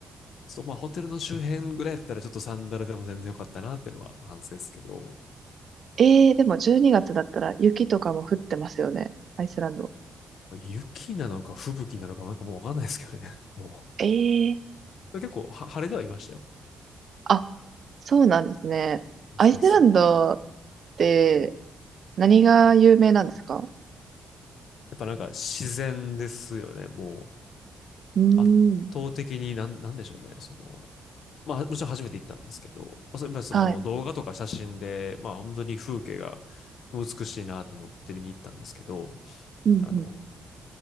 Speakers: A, on the left; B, on the right.
A: そう、まあ、ホテルの周辺ぐらいやったら、ちょっとサンダルでも全然良かったなっていうのは反省ですけど、
B: ええでも12月だったら雪とかも降ってますよね。アイスランド。
A: まあ雪なのか吹雪なのか、なんかもうわかんないですけどね。<laughs> も
B: ええ
A: う。結構は、晴れではいましたよ。
B: あ、そうなんですね。
A: ですです。
B: アイスランドっ
A: や
B: て何が有名なんですか
A: っぱなんか自然ですよね。もう、
B: うーん。
A: 圧倒的になん、なんでしょうね。その、まあ、もちろん初めて行ったんですけど、まあ、やっぱりその動画とか写真で、
B: はい。
A: まあ、本当に風景が美しいなと思って見に行ったんですけど、
B: うんうん。
A: あの、